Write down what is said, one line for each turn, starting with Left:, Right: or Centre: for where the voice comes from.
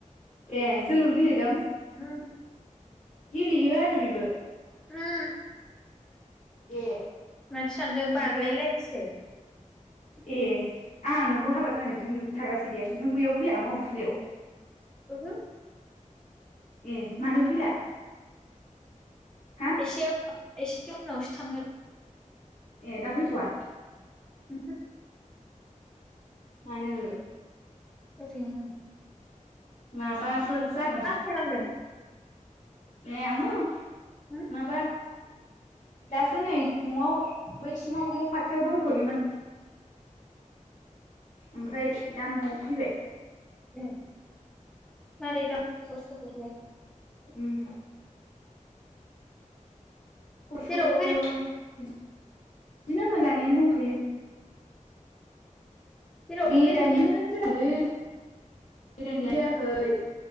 Left: ए जोलुर गेलेदों
Centre: उम
Left: गेलेयो आरो बिबो
Centre: उम
Left: ए।
Centre: माथो सानदों
Left: ओमफ्राय
Centre: बारलायलायसो।
Left: ए आंहा नोंखौ हाबा जानायनिफ्राय नुथारासै दे नों बैयाव फैया मावखुलियाव?
Centre: ओहो।
Left: ए। मानो फैला हा
Centre: एसेया एसे ख उनावसो थांगोन।
Left: ए दा फैथ'आ?
Centre: ओहो।
Left: मानो?
Centre: ओरैनो।
Left: माबाफोर जादों।
Centre: मा खालामदों
Left: ए आङो
Centre: उम
Left: माबा दासो नै न'आव बै सिङाव न खाथियाव दंथ'योमोन। ओमफ्राय दा न'आव फैबाय।
Centre: ऐ मारै दं खबरसखबरालाय?
Left: उम। फसबर
Centre: जेरावबो बेराय
Left: बिदिनो मोजाङैनो दंथ'यो।
Centre: जेरावबो
Left: बेरायनोनो
Centre: बेराय
Left: जायालै। बेरायनायानो जायाखै।